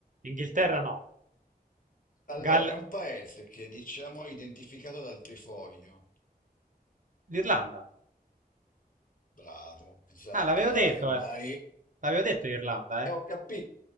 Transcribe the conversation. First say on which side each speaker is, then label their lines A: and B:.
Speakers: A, on the right; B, on the left.
A: Inghilterra no.
B: Allora,
A: Gal...
B: è un paese che diciamo è identificato dal trifoglio.
A: L'Irlanda.
B: Bravo, esatto,
A: Ah, l'avevo
B: dai,
A: detto,
B: ormai.
A: eh. L'avevo detto Irlanda,
B: E
A: eh.
B: ho capito.